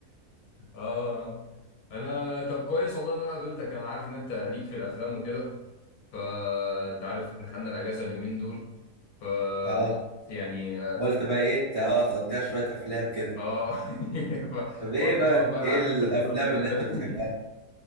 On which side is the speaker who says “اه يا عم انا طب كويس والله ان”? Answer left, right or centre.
Left